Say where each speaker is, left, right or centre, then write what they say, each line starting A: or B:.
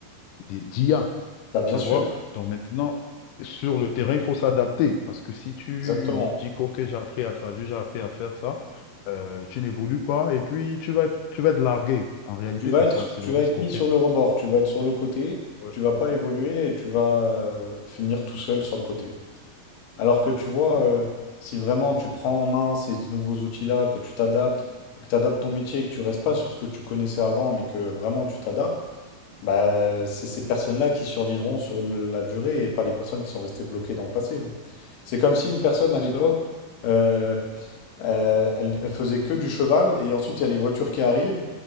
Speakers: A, on the left; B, on the left.
A: d'IA.
B: Bah bien
A: Tu
B: sûr,
A: vois? Donc maintenant, sur le terrain, il faut s'adapter. Parce que si tu
B: exactement.
A: dis que OK, j'ai appris à traduire, j'ai appris à faire ça, euh, tu n'évolues pas et puis tu vas, être- tu vas être largué. En réalité,
B: Tu vas
A: c'est
B: être,
A: ça, c'est
B: tu
A: le
B: vas
A: risque
B: être mis
A: auquel
B: sur
A: tu.
B: le rebord, tu vas être sur le côté,
A: Ouais,
B: tu vas pas
A: ouais,
B: évoluer et tu vas euh, finir tout seul sur le côté. Alors que tu vois,
A: ouais. Ouais,
B: euh, si vraiment tu prends en main ces nouveaux outils-là, que tu t'adaptes, et que tu adaptes ton métier et que tu restes pas sur ce que tu connaissais avant, mais que vraiment tu t'adaptes, bah, c'est ces personnes-là qui survivront sur le- la durée et pas les personnes qui sont restées bloquées dans le passé. hein. C'est comme si une personne à
A: justement.
B: l'époque euh, euh, elle, elle faisait que du cheval et ensuite il y a les voitures qui arrivent